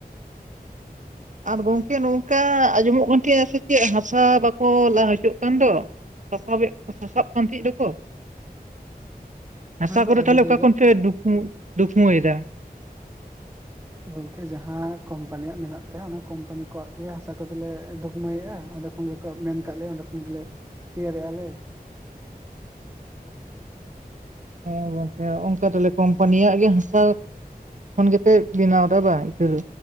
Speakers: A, on the right (about 50°); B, on the right (about 15°).
A: ᱟᱨ ᱜᱚᱝᱠᱮ ᱱᱚᱝᱠᱟ ᱟᱸᱡᱚᱢᱚᱼᱜ ᱠᱟᱱ ᱛᱟᱦᱮᱸᱼᱟ ᱥᱮ ᱪᱮᱫ ᱦᱟᱥᱟ ᱵᱟᱠᱚ ᱞᱟ ᱦᱚᱪᱚᱜ ᱠᱟᱱ ᱫᱚ ᱥᱟᱥᱟᱵᱮᱫ ᱠᱚ ᱥᱟᱥᱟᱵ ᱠᱟᱱ ᱛᱟᱦᱮᱸᱜ ᱠᱟᱱ ᱫᱚᱠᱚ᱾
B: <inaudible>
A: ᱦᱟᱥᱟ
B: ᱚᱱᱟ ᱫᱚ
A: ᱠᱚ-ᱫᱚ
B: ᱟᱹᱰᱤ
A: ᱛᱟᱦᱚᱞᱮ
B: ᱡᱟᱭᱜᱟ
A: ᱚᱠᱟ ᱠᱷᱚᱱ ᱯᱮ ᱫᱩᱠᱷᱢᱟᱹᱭᱫᱟ?
B: ᱜᱚᱝᱠᱮ ᱡᱟᱦᱟᱸ ᱠᱚᱢᱯᱟᱱᱤᱭᱟᱼᱜ ᱢᱮᱱᱟᱜ ᱛᱟᱭᱟ ᱚᱱᱟ ᱠᱚᱢᱯᱟᱱᱤ ᱠᱚᱣᱟᱜ ᱜᱮ ᱦᱟᱥᱟ ᱠᱚᱫᱚ ᱞᱮ ᱫᱩᱠᱢᱟᱹᱭᱮᱫᱼᱟ ᱚᱸᱰᱮ ᱡᱚᱠᱷᱚᱱ ᱜᱮᱠᱚ ᱢᱮᱱ ᱠᱟᱜ ᱞᱮᱭᱟ ᱚᱸᱰᱮ ᱠᱷᱚᱱ ᱜᱮᱞᱮ ᱛᱮᱭᱟᱨᱚᱜᱼᱟ ᱞᱮ᱾
A: ᱦᱮᱸ ᱜᱚᱝᱠᱮ ᱚᱱᱠᱟ ᱛᱟᱦᱚᱞᱮ ᱠᱳᱢᱯᱟᱱᱤᱭᱟᱼᱜ ᱜᱮ ᱦᱟᱥᱟᱭ ᱠᱷᱚᱱ ᱜᱮᱯᱮ ᱵᱮᱱᱟᱣ ᱮᱫᱟ ᱵᱟᱝ ᱤᱴᱟᱹ ᱫᱚ